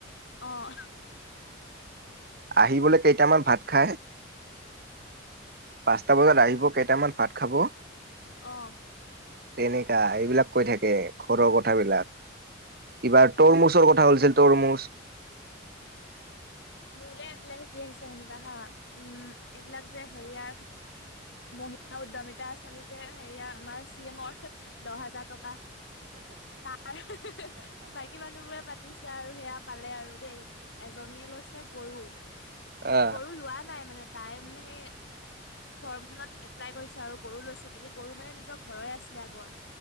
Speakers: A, on the left; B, on the right.
A: অঁ।
B: আহিবলৈ কেইটামান ভাত খাই, পাঁচটা বজাত আহিব কেইটামান ভাত খাব!
A: অঁ।
B: তেনে এইয়া, এইবিলাক কৈ থাকে ঘৰৰ কথাবিলাক। এইবাৰ তলমুচৰ কথা হলছিলেল তটৰম'চ! <inaudible>
A: মোলে আজিলে শিকি আহিছে শুনিবা হা উম এইবিলাক যে হেৰিয়াৰ মহিলা উদ্যমিতা আঁচনি যে হেৰিয় আমাৰ চি এমৰ দহ হাজাৰ টকা তাই বাকী মানুহবোৰে পাতিছ আৰু সেয়া পালে আৰু দেই। এজনীয়ে লৈছে গৰু
B: আহ
A: গৰু লোৱা নাই মানে তাই মানে সেই ফৰ্মখনত এপ্লাই কৰিছো আৰু গৰু লৈছো বুলি গৰু মানে নিজৰ ঘৰই আছিলে আগৰ